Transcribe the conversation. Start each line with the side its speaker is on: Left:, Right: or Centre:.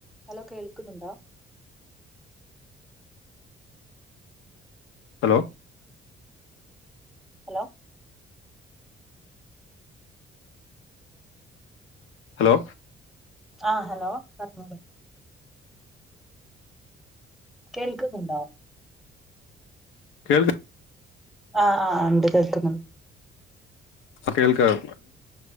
Centre: Hello കേൾക്കുന്നുണ്ടോ
Left: hello
Centre: hello
Left: hello
Centre: ആഹ hello പറഞ്ഞോളൂ കേൾക്കുന്നുണ്ടോ
Left: കേൾക്ക്
Centre: ആ ആ ഉണ്ട് കേൾക്കുന്നുണ്ട്
Left: കേൾക്കാം